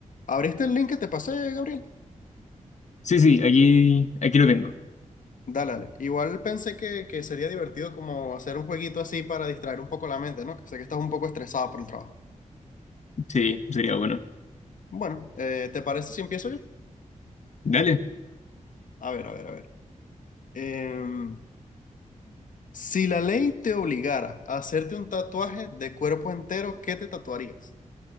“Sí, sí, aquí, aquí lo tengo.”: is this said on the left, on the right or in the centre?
Left